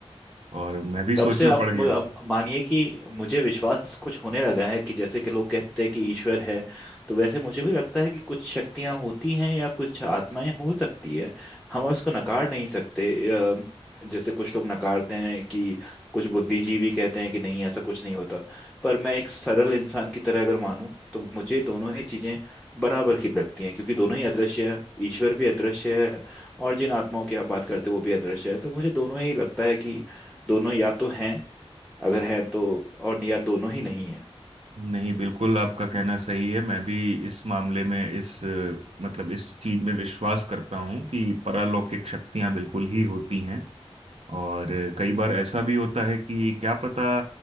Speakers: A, on the right; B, in the centre.
A: और मैं भी
B: तब
A: सोच
B: से
A: में
B: आप
A: पड़ गया
B: मु-
A: हूँ
B: आप मानिए कि मुझे विश्वास कुछ होने लगा है कि जैसे कि लोग कहते हैं कि ईश्वर है तो वैसे मुझे भी लगता है कि कुछ शक्तियां होती हैं या कुछ आत्माएं हो सकती है हम उसको नकार नहीं सकते अ, जैसे कुछ लोग नकारते हैं कि कुछ बुद्धिजीवी कहते हैं कि नहीं ऐसा कुछ नहीं होता पर मैं एक सरल इंसान की तरह अगर मानूं तो मुझे दोनों ही चीजें बराबर की लगती हैं क्योंकि दोनों ही अदृश्य है ईश्वर भी अदृश्य है और जिन आत्माओं की आप बात करते हो वो भी अदृश्य है तो मुझे दोनों ही लगता है कि दोनों या तो हैं अगर हैं तो और या दोनों ही नहीं है
A: नहीं बिल्कुल आपका कहना सही है मैं भी इस मामले में इस अ, मतलब इस चीज में विश्वास करता हूँ कि परालौकिक शक्तियां बिल्कुल ही होती हैं और कई बार ऐसा भी होता है कि क्या पता